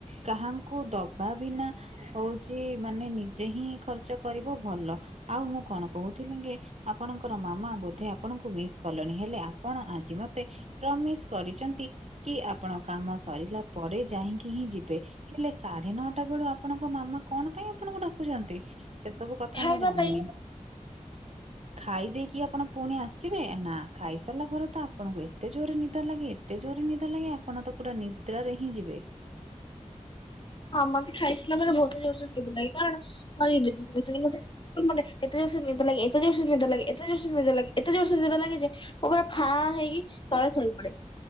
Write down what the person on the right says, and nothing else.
କାହାଙ୍କୁ ଦବା ବିନା ହଉଚି ମାନେ ନିଜେ ହିଁ ଖର୍ଚ୍ଚ କରିବ ଭଲ। ଆଉ ମୁଁ କଣ କହୁଥିଲି ଙ୍କି ଆପଣଙ୍କର ମାମା ବୋଧେ ଆପଣଙ୍କୁ ମିସ୍ କଲେଣି। ହେଲେ ଆପଣ ଆଜି ମତେ ପ୍ରମିସ କରିଛନ୍ତି କି ଆପଣ କାମ ଶ୍ ସରିଲା ପରେ ଯାହିଁକି ହିଁ ଯିବେ ହେଲେ ସାଢେ ନଅଟା ବେଳୁ ଆପଣଙ୍କ ମାମା କଣ ପାଇଁ ଆପଣଙ୍କୁ ଡା ଖୁଛନ୍ତି ସେ ସବୁ କଥା
ମୁଁ ଜାଣିନି
ଖାଇ ଦେଇକି ଆପଣ ପୁଣି ଆସିବେ ନା ଖାଇସାରିଲା ପରେ ତ ଆପଣଙ୍କୁ ଏତେ ଜୋରରେ ନିଦ ଲାଗେ ଏତେ ଜୋରେ ନିଦ ଲାଗେ ଆପଣ ତ ପୁରା ନିଦ୍ରାରେ ହିଁ ଯିବେ।